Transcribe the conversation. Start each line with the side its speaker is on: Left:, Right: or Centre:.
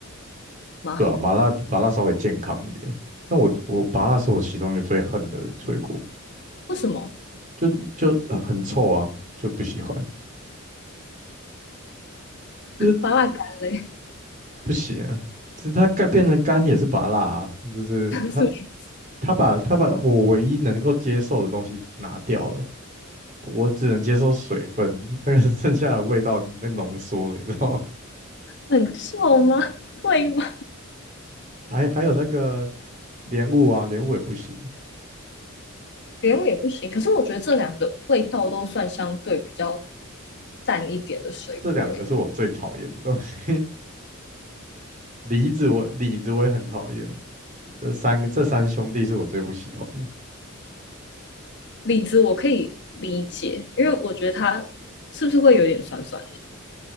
Left: 吗？
Right: 对啊，麻辣麻辣稍微健康一点。但我我麻辣是我其中一个最恨的水果，
Left: 为什么
Right: 就就呃很臭啊，就不喜欢，就是
Left: 芭乐干嘞？
Right: 不行啊。其实它该变成干也是麻辣啊，就是它
Left: <laughs> 不是
Right: 它把它把我唯一能够接受的东西拿掉了，我只能接受水分，那个剩下的味道被浓缩了，你知道吗？
Left: 很臭吗？会吗？
Right: 还还有那个莲雾啊，莲雾也不行，
Left: 莲雾也不行。可是我觉得这两个味道都算相对比较淡一点的水果欸、
Right: 这两个是我最讨厌的东西。
Left: 诶
Right: 梨子我李子我也很讨厌，这三个这三兄弟是我最不喜欢的。
Left: 李子我可以理解，因为我觉得它是不是会有点酸酸的？